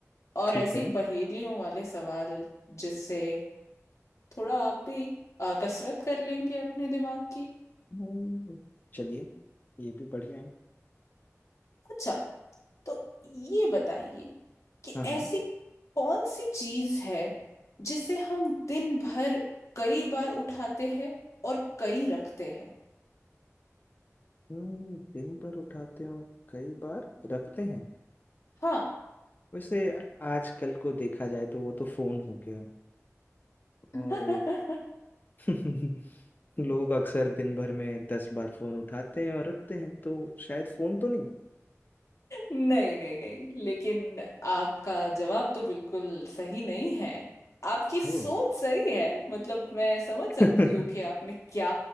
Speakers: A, on the left (about 65°); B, on the left (about 35°).
A: और
B: ठीक
A: ऐसी
B: है
A: पहेलियों वाले सवाल जिससे थोड़ा आप भी अ, कसरत कर लेंगे अपने दिमाग की
B: हम्म, चलिए ये भी बढ़िया है
A: अच्छा तो ये बताइए कि
B: हाँ हाँ
A: ऐसी कौन सी चीज है जिसे हम दिन भर कई बार उठाते हैं और कई रखते हैं
B: हम्म, दिन भर उठाते हो कई बार रखते हैं
A: हाँ
B: वैसे आजकल को देखा जाए तो वो तो फोन हो गया और
A: <laughs>
B: <laughs> लोग अक्सर दिन भर में दस बार फोन उठाते हैं और रखते हैं तो शायद फोन तो नहीं
A: नहीं नहीं नहीं लेकिन आपका जवाब तो बिल्कुल सही नहीं है आपकी सोच
B: ओ
A: सही है मतलब मैं समझ
B: <laughs>
A: सकती
B: ठीक
A: हूँ कि आपने क्या